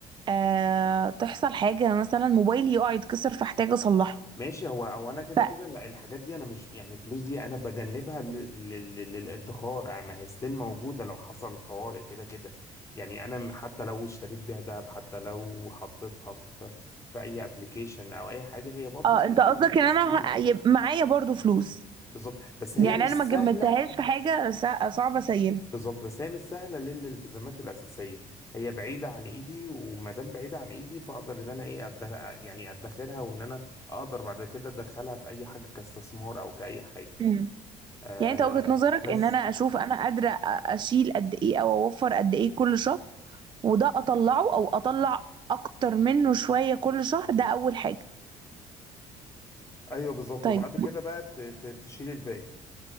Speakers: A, on the right; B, on the left.
A: آه تحصل حاجة مثلا موبايلي يقع يتكسر فاحتاج أصلحه
B: ماشي هو هو انا كده
A: ف
B: كده ال- الحاجات دي انا مش يعني الفلوس دي انا بجنبها ل- ل- ل- للادخار يعني ما هي ستيل موجوده لو حصل طوارئ كده كده يعني انا م- حتى لو اشتريت بيها دهب حتى لو حطيتها في في اي ابلكيشن او اي حاجه هي برضو
A: اه
B: سهله
A: انت قصدك
B: التسجيل
A: ان انا ه- يبقى معايا برضو فلوس
B: بالظبط بس
A: يعني
B: هي مش
A: انا
B: سهله
A: ما جمدتهاش في حاجة سا- صعبة سيئة
B: بالظبط بس هي مش سهله للالتزامات الاساسيه هي بعيده عن ايدي وما دام بعيده عن ايدي فاقدر ان انا ايه أدخ... يعني ادخرها وان انا اقدر بعد كده ادخلها في اي حاجه كاستثمار او كاي حاجه
A: مم.
B: آه
A: يعني انت وجهة نظرك
B: بس
A: ان انا اشوف انا قادرة أ- اشيل قد ايه او اوفر قد ايه كل شهر وده اطلعه او اطلع اكتر منه شوية كل شهر ده اول حاجة
B: ايوه بالظبط
A: طيب
B: وبعد كده بقى ت- ت- تشيل الباقي